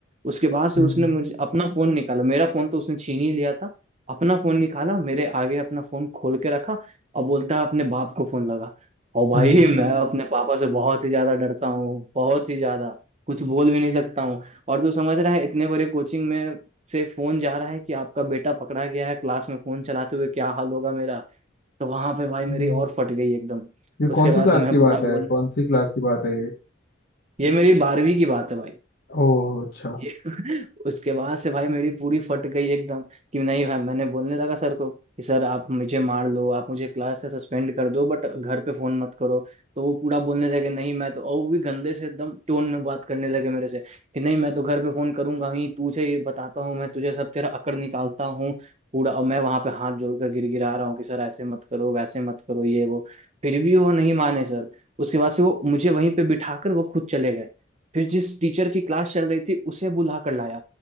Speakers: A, on the right; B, on the left.
A: उसके बाद से
B: हम्म
A: उसने मुझे अपना फोन निकाला मेरा फोन तो उसने छीन ही लिया था अपना फोन निकाला मेरे आगे अपना फोन खोल के रखा और बोलता है अपने बाप को फोन लगा और भाई
B: हम्म
A: मैं अपने पापा से बहुत ही ज्यादा डरता हूँ बहुत ही ज्यादा कुछ बोल भी नहीं सकता हूँ और तू समझ रहा है इतने बड़े कोचिंग में से फोन जा रहा है कि आपका बेटा पकड़ा गया है क्लास में फोन चलाते हुए क्या हाल होगा मेरा तो वहां पे भाई मेरी
B: हम्म।
A: और फट गई एकदम
B: ये
A: उसके
B: कौन सी
A: बाद
B: क्लास
A: से मैं
B: की बात
A: पूरा
B: है
A: बोल
B: कौन सी क्लास की बात है ये
A: ये मेरी बारहवीं की बात है भाई
B: ओ अच्छा
A: ये <laughs> उसके बाद से भाई मेरी पूरी फट गई एकदम कि नहीं भाई मैंने बोलने लगा सर को कि सर आप मुझे मार लो आप मुझे क्लास से सस्पेंड कर दो बट घर पे फोन मत करो तो वो पूरा बोलने लगे नहीं मैं तो और वो भी गंदे से एकदम टोन में बात करने लगे मेरे से कि नहीं मैं तो घर पे फोन करूंगा ही तुझे ये बताता हूँ मैं तुझे सब तेरा अकड़ निकालता हूँ पूरा और मैं वहां पे हाथ जोड़कर गिड़गिड़ा रहा हूँ कि सर ऐसे मत करो वैसे मत करो ये वो फिर भी वो नहीं माने सर उसके बाद से वो मुझे वहीं पे बिठाकर वो खुद चले गए फिर जिस टीचर की क्लास चल रही थी उसे बुला कर लाया